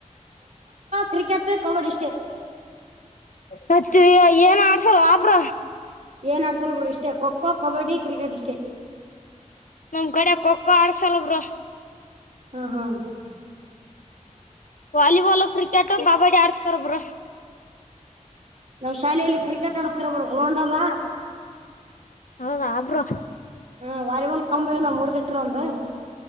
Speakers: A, on the right (about 65°); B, on the left (about 80°).
A: ಕ್ರಿಕೆಟ್ ಕಬಡ್ಡಿ ಇಷ್ಟೇ
B: ಮತ್ತ ಏನ್ ಆಡ್ಸಲ್ ಆಬ್ರ
A: ಏನ್ ಆಡ್ಸಲ್ವರು ಇಷ್ಟೇ ಖೋ ಖೋ ಕಬಡ್ಡಿ ಕ್ರಿಕೆಟ್ ಇಷ್ಟೇ
B: ನಮ್ಗಡೆ ಖಖೋ ಆಡ್ಸಲಬ್ರ
A: ಹ್ಮ ಹ್ಮ
B: ವಾಲಿಬಾಲ್ ಕ್ರಿಕೆಟ್ ಕಬಡ್ಡಿ ಆಡಸ್ತಾರಬ್ರ
A: ನಾವ್ ಶಾಲೆಯಲ್ಲಿ ಕ್ರಿಕೆಟ್ ಆಡಸ್ತರಬ್ರು ಗ್ರೌಂಡ್ ಅದ
B: ಹೌದ ಆಬ್ರು
A: ಹ್ಮ ವಾಲಿಬಾಲ್ ಕಂಬ ಇಲ್ಲ ಮೂರ್ ದಟ್ರ ಒಂದು